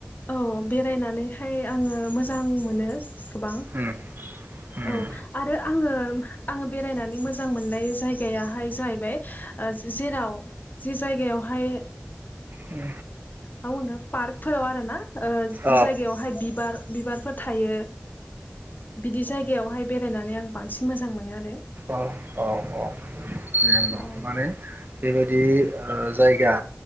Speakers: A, on the left (about 45°); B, on the right (about 50°).
A: औ बेरायनानैहाय आंङो मोजां मोनो। गोबां
B: उम उम
A: औ आरो आंङो उम आंङो बेरायनानै मोजां मोननाय जायगायाहाय जाहैबाय ओ जेराव जि जायगायावहाय
B: उम
A: ओ <unintelligible> पार्क फोराव आरो ना ओ जि
B: औ
A: जायगायावहाय बिबार बिबारफोर थायो बिदि जायगायावहाय बेरायनानै आं बांसिन मोजां मोनो आरो
B: औ औ औ थिगानो
A: औ
B: दं माने बेबायदि बि ओ जायगा